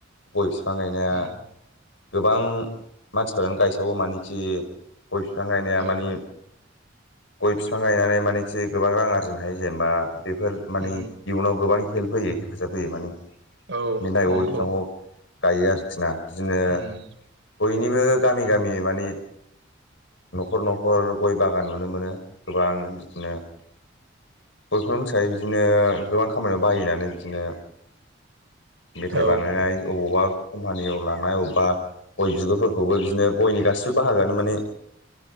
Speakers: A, on the left; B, on the right.
A: गय बिफां गायनाया
B: उम
A: गोबां मानसिफोरानो गायसावो मानोखि गय बिफां गायनाया
B: औ
A: मानि गय बिफां गायनानै मानेखि गोबां रां आरजिनो हायो जेनेबा बेफोर माने
B: उम
A: इयुनाव गोबां हेल्प होयो हेफाजाब होयो माने
B: औ
A: बेनि थाखाय
B: नंगौ।
A: गय बिफांखौ गायो आरोखि ना बिदिनो
B: उम
A: बयनिबो गामि गामि माने न'खर न'खर गय बागान नुनो मोनो गोबां बिदिनो बयखौब़ मिथिखायो बिदिनो गोबां खामानियाव बाहायो होननानै बिदिनो मेथाइ
B: औ
A: बानायनाय अबावबा कम्पानियाव लांनाय अबेबा गय बिगुरफोरखौबो बिदिनो गयनि गासिबो बाहागोआनो माने